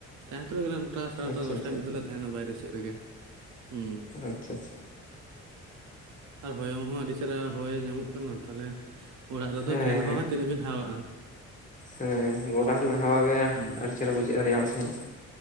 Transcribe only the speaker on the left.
ᱟᱪᱪᱷᱟ
ᱟᱪᱪᱷᱟ
ᱟᱪᱪᱷᱟ
ᱟᱪᱪᱷᱟ ᱟᱪᱪᱷᱟ
ᱦᱮᱸ
ᱦᱮᱸ ᱜᱚᱰᱟ ᱨᱮᱱᱟᱜ ᱦᱟᱣᱟ ᱜᱮ
ᱟᱹᱰᱤ ᱪᱮᱦᱨᱟ ᱵᱩᱡᱷᱟᱹᱜᱼᱟ ᱨᱮᱭᱟᱲ ᱥᱟᱺᱦᱤᱪ